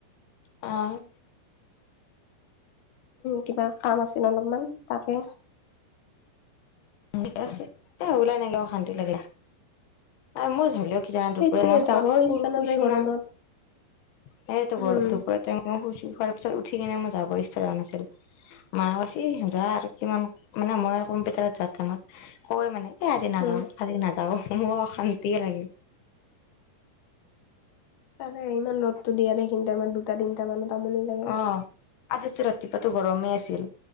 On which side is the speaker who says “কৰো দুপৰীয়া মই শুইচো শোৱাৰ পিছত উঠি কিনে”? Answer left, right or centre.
Left